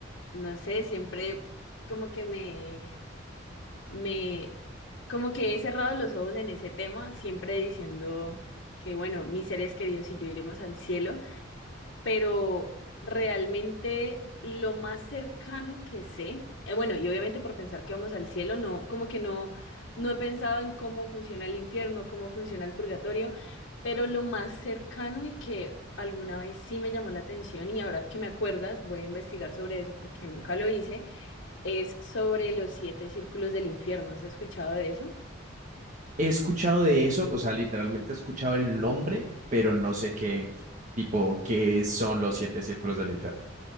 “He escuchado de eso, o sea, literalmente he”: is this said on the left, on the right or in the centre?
Right